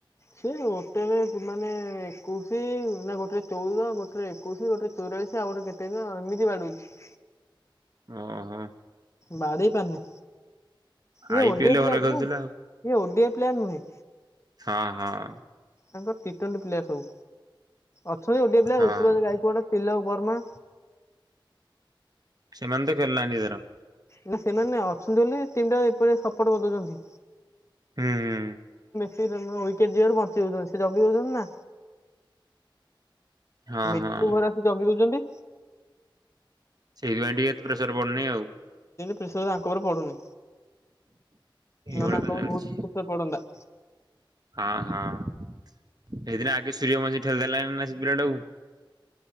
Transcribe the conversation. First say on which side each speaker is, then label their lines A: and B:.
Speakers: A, on the left; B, on the right.
A: ସେଇ ଗୋଟେ ମାନେ ଏକୋଇଶି ନା ଗୋଟେରେ ଚଉଦ ଗୋଟେରେ ଏକୋଇଶି ଗୋଟେ <unintelligible> କେତନା ଏମିତି ବାଡେଇଛି। <inaudible>
B: ଓହୋ।
A: ବାଡେଇ ପାରୁନି। ଏ
B: ଆଇ
A: <unintelligible>
B: ପି ଏଲ ଭଲ ଖେଳୁଥିଲା ଆଉ।
A: ଓଡେପ୍ଲାନ ନୁହେଁ।
B: ହଁ ହଁ।
A: ତାଙ୍କ ପିଟି ପିଲା ସବୁ ଅଛନ୍ତି <unintelligible> ପିଲା
B: ହଁ
A: ଋତୁରଜ ନାଇଡୁ ତିଲକ ବର୍ମା।
B: ସେମାନେତ ଖେଳିନାହାନ୍ତି ଏଥର।
A: ନା ସେମାନେ ଅଛନ୍ତି ନା ଟିମ୍ ଟା ଏପରି ସପୋର୍ଟ କରିଦଉଛନ୍ତି।
B: ହୁଁ ହୁଁ।
A: ସେ ଉଇକେଟ ଯିବାରୁ ବଞ୍ଚ ଯଉଛନ୍ତି ସେ ଜଗି ହଉଛନ୍ତି ନା।
B: ହଁ
A: ମିକୁ
B: ହଁ
A: ଘରେ ଆସି ଜଗି ଦଉଛନ୍ତି।
B: <unintelligible> ଏତେ ପ୍ରେସର ପଡୁନି ଆଉ।
A: ପ୍ରେସର୍ ୟାଙ୍କ ଉପରେ ପଡ଼ୁନି।
B: ଏଇଭଳିଆ
A: ନା ନା
B: ତ
A: ୟାଙ୍କ
B: ଚାଲିଛି।
A: ଉପରେ ବହୁତ ପ୍ରେସର୍ ପଡନ୍ତା।
B: ହଁ ହଁ ସେଇଦିନ ଆଗେ ସୂର୍ଯ୍ୟବଂଶୀ ଖଲି ଦେଲା ନା ସେ ପିଲାଟାକୁ